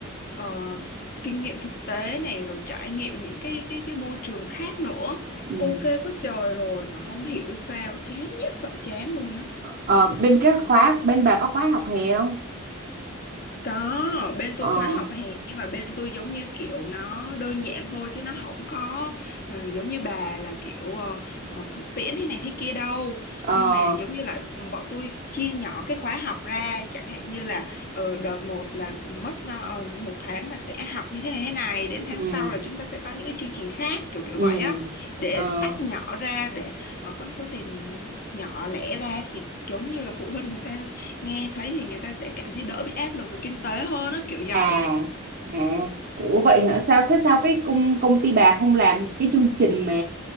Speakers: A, on the left (about 45°); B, on the right (about 45°).
A: ờ, kinh nghiệm thực tế này rồi trải nghiệm những cái cái cái môi trường khác nữa
B: Ừ.
A: ok quá trời rồi mà không hiểu sao chán nhất sợ chán luôn á
B: Ờ, bên cái khóa bên bà có khóa học hè không?
A: Có, bên tôi
B: Ờ
A: khóa học hè nhưng mà bên tôi giống như kiểu nó đơn giản thôi chứ nó không có ờ, giống như bà là kiểu ờ, ờ, thực tiễn thế này thế kia đâu.
B: ờ
A: Nhưng mà giống như là ừ, bọn tôi chia nhỏ cái khóa học ra chẳng hạn như là ờ, đợt một là mất ờ, ờ, một tháng là sẽ học như thế này thế này đến tháng
B: ừ
A: sau là chúng ta sẽ có những cái chương trình khác kiểu kiểu
B: ừ
A: vậy á để
B: ờ
A: tách nhỏ ra để ờ, có số tiền nhỏ lẻ ra thì giống như là phụ huynh người ta nghe thấy thì người ta sẽ cảm thấy đỡ bị áp lực về kinh tế hơn đó kiểu vậy
B: à à Ủa vậy hả? Sao thế sao cái công công ty bà không làm cái chương trình mà